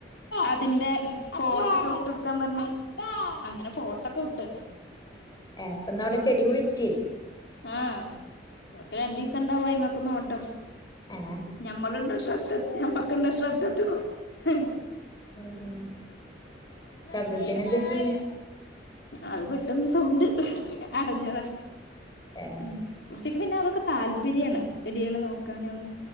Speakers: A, on the left; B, on the left.
A: അതിന്റെ ഫോട്ടോ ഒക്കെ വിട്ട് കൊടുക്കാൻ പറഞ്ഞു അങ്ങനെ ഫോട്ടോക്കെ വിട്ട്
B: ഏഹ് അപ്പൊന്നവിടെ ചെടി കുഴിച്ച്
A: ആഹ് അതൊക്കെ രണ്ടു ദിവസം ഉണ്ടാവും ആയിമ്മേക്ക് നോട്ടം
B: ആഹ്
A: ഞമ്മളുണ്ടോ ശ്രദ്ധ ഞമ്മക്കുണ്ടോ ശ്രദ്ധത്ത് നോക്കാൻ
B: ഉം
A: <inaudible>
B: ശബ്ദത്തിന് എന്ത് പറ്റി
A: അത് പെട്ടെന്ന് സൗണ്ട് അടഞ്ഞതാ
B: ഏഹ്
A: ഉം ചേച്ചിക്ക് പിന്നെ അതൊക്കെ താല്പര്യമാണ് ചെടികള് നോക്കാനും